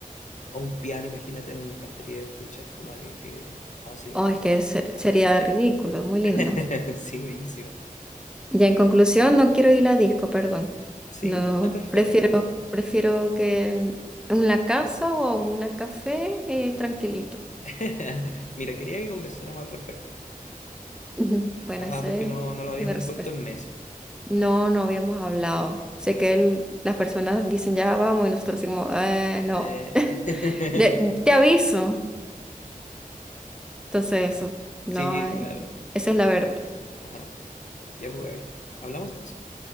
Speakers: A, on the left; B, in the centre.
A: O un piano, imagínate, me encantaría escuchar como alguien que. Oh, sería
B: Oh,
A: una
B: es
A: locura.
B: que ser- sería ridículo, muy lindo.
A: <laughs> Sí, bellísimo.
B: Ya en conclusión, no quiero ir a disco, perdón.
A: Sí,
B: No,
A: no, está perfecto.
B: prefiero, prefiero que en en la casa o en un café eh, tranquilito.
A: <laughs> Mira, quería que conversáramos al respecto nomás.
B: Ujú. Bueno,
A: Ajá,
B: esa
A: porque
B: es,
A: no, no lo
B: esa
A: habíamos
B: mi respuesta.
A: puesto en mesa.
B: No, no habíamos hablado. Sé que el- las personas dicen ya vamos y nosotros decimos, eh,
A: Eh,
B: no. <laughs>
A: <laughs>
B: De- te aviso. Entonces eso.
A: Sí,
B: No, eh,
A: claro.
B: esa es la verdad.
A: Ajá, ya pues, Gaby. Hablamos entonces.